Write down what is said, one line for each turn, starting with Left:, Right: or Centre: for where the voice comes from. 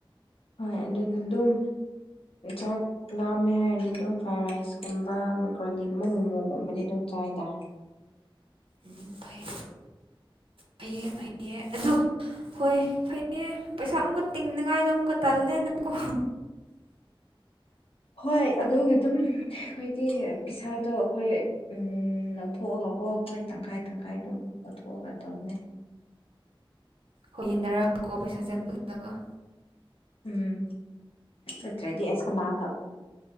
Left: ꯍꯣꯏ ꯑꯗꯨꯅꯤ ꯑꯗꯨꯝ ꯆꯥꯛ ꯂꯥꯝꯃꯦ ꯍꯥꯏꯔꯗꯤ ꯑꯗꯨꯝ ꯐ꯭ꯔꯥꯏ ꯔꯥꯏꯁꯀꯨꯝꯕ ꯃꯦꯀ꯭ꯔꯣꯅꯤꯒꯨꯝꯕ ꯃꯣꯃꯣꯒꯨꯝꯕꯗꯤ ꯑꯗꯨꯝ ꯆꯥꯏꯗꯥ
Right: ꯎꯝ ꯐꯩ ꯐꯩꯌꯦ ꯐꯩꯌꯦ ꯑꯗꯨ ꯍꯣꯏ ꯐꯩꯌꯦ ꯄꯩꯁꯥ ꯑꯃꯨꯛꯀ ꯇꯤꯡꯅꯤꯉꯥꯏꯗꯣ ꯑꯃꯨꯛꯀ ꯇꯜꯂꯦ ꯅꯀꯣ
Left: ꯍꯣꯏ ꯑꯗꯨꯒꯤ ꯑꯗꯨꯝ ꯑꯩꯈꯣꯏꯗꯤ ꯄꯩꯁꯥꯗꯣ ꯑꯩꯈꯣꯏ ꯎꯝ ꯂꯧꯊꯣꯛꯑꯒꯀꯣ ꯑꯩꯈꯣꯏ ꯇꯪꯈꯥꯏ ꯇꯪꯈꯥꯏ ꯑꯗꯨꯝ ꯂꯧꯊꯣꯛꯑꯒ ꯇꯧꯕꯅꯦ
Right: ꯍꯣꯏ ꯌꯦꯟꯅꯔꯒꯀꯣ ꯄꯩꯁꯥꯁꯦ ꯄꯨꯜꯂꯒ
Left: ꯎꯝ ꯅꯠꯇ꯭ꯔꯗꯤ ꯑꯁ ꯀꯅꯥꯅ